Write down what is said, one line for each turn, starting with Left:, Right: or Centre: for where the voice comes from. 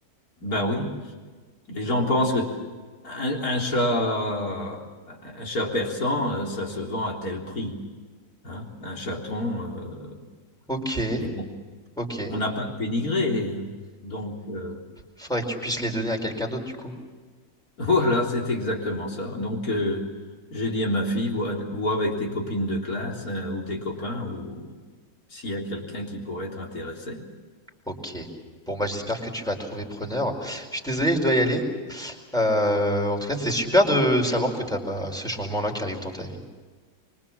Left: Ben oui, les gens pensent que un, un chat, un chat persan, euh, ça se vend à tel prix. hein. Un chaton, euh,
Centre: Ok,
Left: mais bon,
Centre: ok.
Left: on n'a pas de pédigré, hein. donc. euh,
Centre: Faudrait que tu puisses les donner à quelqu'un d'autre, du coup.
Left: <laughs> Voilà, c'est exactement ça. Donc, euh, j'ai dit à ma fille, vois, vois avec tes copines de classe hein, ou tes copains ou s'il y a quelqu'un qui pourrait être intéressé.
Centre: Ok. Bon, bah, j'espère que tu vas trouver preneur. Je suis désolé, je dois y aller. Euh, en tout cas, c'est super de savoir que tu as ce changement-là qui arrive dans ta vie.